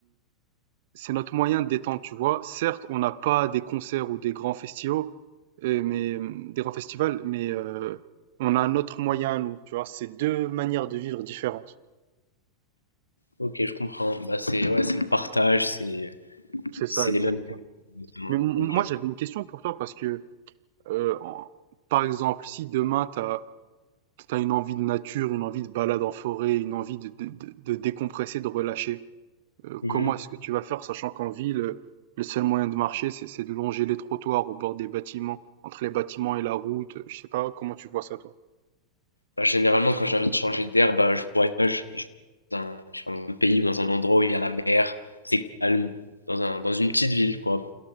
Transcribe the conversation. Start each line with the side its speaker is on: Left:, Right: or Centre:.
Right: c'est notre moyen de détente, tu vois. Certes, on n'a pas des concerts ou des grands festivals, euh, mais euh, des grands festivals, mais euh, on a notre moyen, nous, tu vois. C'est deux manières de vivre différentes.
Left: Ok, je comprends. Bah, c'est ouais, c'est le partage, c'est
Right: C'est ça,
Left: c'est les
Right: exactement.
Left: mêmes. Exactement.
Right: Mais m- moi,
Left: Ok.
Right: j'avais une question pour toi parce que, euh, en- par exemple, si demain t'as t'as une envie de nature, une envie de balade en forêt, une envie de, de, de, de décompresser, de relâcher, euh,
Left: Mhm.
Right: comment est-ce que tu vas faire, sachant qu'en ville, euh, le seul moyen de marcher, c'est c'est de longer les trottoirs au bord des bâtiments, entre les bâtiments et la route. euh, Je sais pas comment tu vois ça, toi.
Left: Bah, généralement, quand j'ai envie de changer d'air, bah, je voyage. Je vais dans un, je sais pas, dans un pays ou dans un endroit où il y a la mer, c'est calme, dans un, dans une petite ville, quoi.